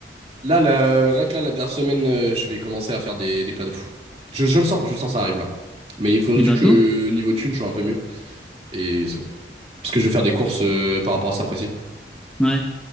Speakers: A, on the right; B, in the centre.
A: là, la, rien que là, la dernière semaine, euh, je vais commencer à faire des, des plats de fou. Je, je le sens, je le sens, ça arrive là. Mais il faut
B: Et
A: juste
B: bah,
A: que
B: go.
A: euh, niveau thune, je sois un peu mieux. Et c'est bon. Parce que je vais faire des courses euh, par rapport à ça précis.
B: Ouais,